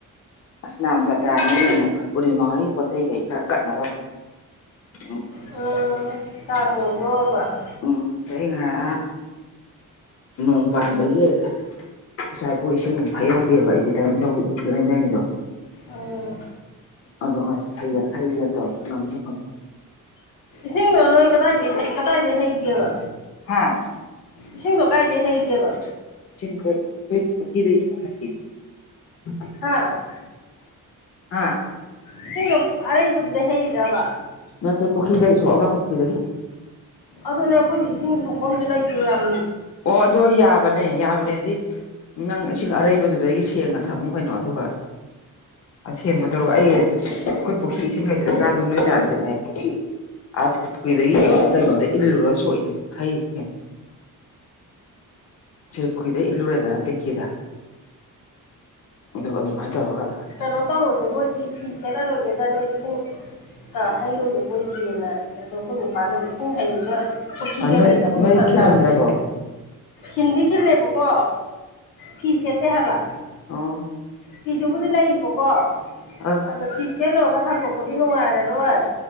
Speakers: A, on the left; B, on the left.
A: ꯑꯁ ꯃ ꯖꯥꯇꯥꯅꯤ ꯎꯔꯤꯃꯒꯤ ꯄꯣꯠ ꯆꯩꯩ ꯀꯩ ꯈꯔ ꯀꯠꯅꯕ ꯎꯝ
B: ꯑꯣ ꯅꯪꯣ ꯀꯕ <inaudible>
A: ꯎꯝ ꯑꯗꯩ ꯉꯥꯏꯍꯥꯛ ꯅꯣꯡ ꯄꯥꯟꯕꯒꯤ ꯏꯆꯥ ꯏꯄꯨ ꯏꯁꯤꯡ ꯐꯩꯍꯧꯗꯦꯕ ꯑꯩꯗꯤ ꯂꯥꯏꯅꯤꯡꯊꯧꯧꯒꯤꯗꯣ ꯂꯔꯃꯤꯔꯦꯟꯒꯤꯗꯣ
B: ꯎꯝ
A: ꯑꯗꯣ ꯉꯁꯤ ꯍꯌꯦꯡ ꯍꯌꯦꯡ ꯇꯧꯔ ꯉꯝꯖ
B: ꯏꯁꯤꯡꯗꯣ ꯅꯣꯏ ꯀꯗꯥꯏꯗꯒꯤꯩ ꯀꯗꯥꯏꯗꯒꯤꯩ ꯍꯩꯒꯦꯕ
A: ꯍꯥꯥ
B: ꯏꯁꯤꯡꯗꯣ ꯀꯥꯏꯗꯩ ꯍꯩꯒꯦꯕ
A: ꯆ ꯍꯥꯏ <unintelligible>
B: ꯍꯥꯥ
A: ꯑꯥ
B: ꯏꯁꯤꯡꯗꯣ ꯑꯔꯩꯕꯗꯨꯗ ꯍꯩꯗꯕ
A: ꯅꯠꯇꯦ ꯄꯨꯈ꯭ꯔꯤꯗꯒꯤ ꯁꯣꯛꯑꯒ ꯑꯩꯈꯣꯏ ꯄꯨꯈ꯭ꯔꯤꯗꯒꯤ
B: ꯑꯗꯨꯅꯦ ꯑꯩꯈꯣꯏꯗꯤ ꯏꯁꯤꯡ ꯊꯣꯛꯐꯝꯐꯝꯁꯨ ꯂꯩꯇꯦ ꯌꯥꯝ
A: ꯑꯣ ꯑ ꯑꯗꯨꯣ ꯌꯥꯕꯅꯦ ꯌꯥꯕꯅꯦꯗꯤ ꯅꯪ ꯏꯁꯤꯡ ꯑꯔꯩꯕꯗꯨꯗꯒꯤ ꯁꯦꯡꯅ ꯊꯝꯃꯨ ꯀꯩꯅꯣ ꯑꯗꯨꯒ ꯑꯁꯦꯡꯕ ꯇꯧꯔꯛ ꯑꯩ ꯑꯩꯈꯣꯏ ꯄꯨꯈ꯭ꯔꯤ ꯏꯁꯤꯡ ꯂꯩꯇ꯭ꯔꯀꯥꯟꯗ ꯅꯣꯏ ꯇꯥꯁꯤꯅ ꯄꯨꯈ꯭ꯔꯤ ꯑꯁꯄꯗ ꯏꯜꯂ ꯁ ꯍꯥꯏ <inaudible> ꯁꯤꯔꯄꯨꯈꯗ ꯏꯜꯂꯨꯨꯔꯦꯗꯅ ꯇꯦꯡꯤꯡꯀꯤꯗ ꯑꯗ ꯑꯗꯨ ꯑꯗꯨ ꯃꯥꯏ ꯇꯧꯔꯒ
B: ꯀꯩꯅꯣ ꯇꯧꯔꯨꯗ ꯃꯣꯏꯗꯤ ꯐꯤ ꯁꯦꯠꯂꯔꯣꯏꯒꯦꯗ ꯅꯣꯏ ꯏꯁꯤꯡ ꯑ ꯍꯩꯔꯣꯏꯗꯕꯣꯏꯒꯤꯦꯅ ꯑꯗꯣ ꯑꯩꯈꯣꯏ ꯃꯄꯥꯟꯗ ꯏꯁꯤꯡ ꯍꯩꯔꯒ ꯄꯨꯈ꯭ꯒ
A: ꯅꯣꯏ
B: ꯂꯩꯇꯕꯒ
A: ꯅꯣꯏ
B: ꯐꯔ
A: ꯈꯤꯜꯂꯝꯗ꯭ꯔꯕꯣ
B: ꯇꯥꯔꯗꯦ ꯍꯤꯟꯗꯤ ꯀꯤꯟ ꯂꯩꯕ ꯀꯣ ꯐꯤꯤꯁꯦꯇ ꯍꯕ
A: ꯑ <inaudible>
B: ꯐꯤꯗꯨꯕꯨꯗꯤ ꯂꯩꯕꯀꯣ
A: ꯑꯥ
B: ꯑꯗꯣ ꯐꯤꯁꯦ ꯂꯧꯣꯏꯔꯒ ꯊꯥꯡꯇꯣꯛꯄꯗꯤ ꯅꯨꯡꯉꯥꯏꯔꯔꯣꯏ